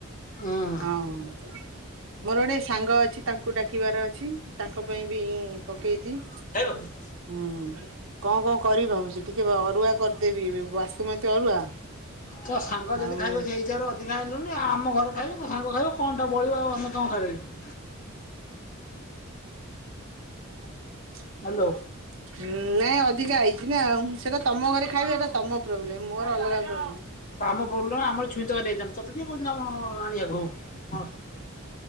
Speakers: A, on the left; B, on the right.
A: ହୁଁ।
B: ହଁ। ମୋର ଗୋଟେ ସାଙ୍ଗ ଅଛି ତାଙ୍କୁ ଡାକିବାର ଅଛି ତାଙ୍କ ପାଇଁ ବି ପକେଇଛି।
A: <inaudible>
B: ହୁଁ। କଣ କଣ କରିବି ଭାବୁଛି ଟିକେ ଅରୁଆ କରିଦେବି ବାସୁମତୀ ଅରୁଆ।
A: ତ ସାଙ୍ଗ
B: ଆଉ
A: ଯଦି ଖାଇବେ ସେଇଠାରୁ ଅଧିକା ଆଣିଲୁନି ଆ ଆମ ଘରେ ଖାଇବ? ହ ସାଙ୍ଗ ଖାଇବ କଣ ବଲିବ ଆମେ କଣ ଖାଇବା ଲିବୁ
B: ହ <inaudible>
A: ହାଲୋ
B: ହୁଁ ନାଇଁ ଅଧିକା ଆଇଛି ନା ଆଉ ସେଟା ତମ ଘରେ ଖାଇବ ଏଇଟା ତମ ପ୍ରୋବ୍ଲେମ ମୋର ଅଲଗା ପ୍ରୋବ୍ଲେମ୍।
A: ଆମ ପ୍ରୋବଲଲେମ ଆମର ଛୁଇଁ ତରକାରି ହେଇଥାନ୍ତା ତତେ କିଏ କହୁଥିଲା ଆମ ଆଣିବାକୁ ହଉ ହଁ